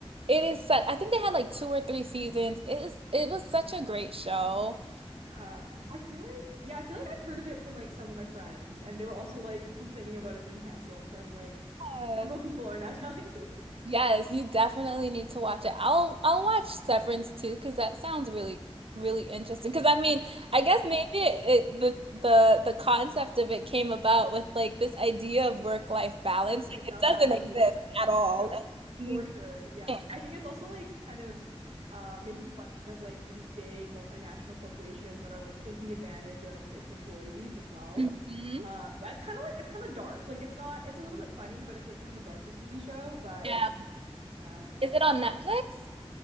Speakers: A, on the right (about 60°); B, on the right (about 80°).
A: it is such I think they had like two or three seasons. It is it was such a great show.
B: Yeah. I feel like yeah, I feel like I've heard of it from like some of my friends, and they were also like complaining about it being canceled. So I'm like,
A: Yes.
B: several people are now <laughs> telling me.
A: Yes, you definitely need to watch it. I'll I'll watch Severance too because that sounds really really interesting. Because I mean, I guess maybe it, it the the the concept of it came about with like this idea of work-life balance.
B: Work
A: Like
B: life balance,
A: it doesn't
B: absolutely,
A: exist
B: yeah.
A: at all.
B: No,
A: Like, you
B: for sure, yeah.
A: can't.
B: I think it's also like kind of uh making fun of like really big multinational corporations that are like taking advantage of its employees as well.
A: Mhm.
B: Uh, that's kind of like it's kind of dark. Like it's not, it's a little bit funny, but it's like kind of a darker TV show. But
A: Yeah.
B: yeah, I don't know.
A: Is it on Netflix?